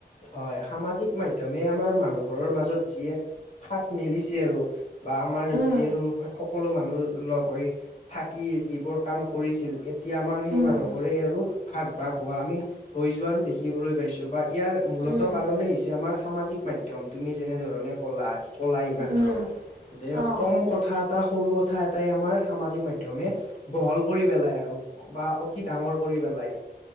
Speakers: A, on the left; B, on the right.
A: হয় সামাজিক মাধ্যমে আমাৰ মানুহবোৰৰ মাজত যি এক ফাট মেলিছে আৰু বা আমাৰ
B: উম
A: যি আৰু সক সকলো মানুহ লগ হৈ থাকি যিবোৰ কাম কৰিছিল এত এতিয়া আমাৰ সেই
B: উম
A: মানুহ বোৰেই আৰু ভাগ- ভাগ হোৱা আমি হৈ যোৱা আৰু দেখিবলৈ পাইছো বা ইয়াৰ মূলত
B: উম
A: কাৰণেই হৈছে আমাৰ সামাজিক মাধ্যম তুমি যেনেধৰণে কলা- কলা এইমাত্ৰ
B: উম
A: যে
B: অঁ
A: কম কথাত এটা সৰু কথা এটাই আমাৰ সামাজিক মাধ্যমে বহল কৰি পেলাই আৰু। বা অতি ডাঙৰ কৰি পেলাই।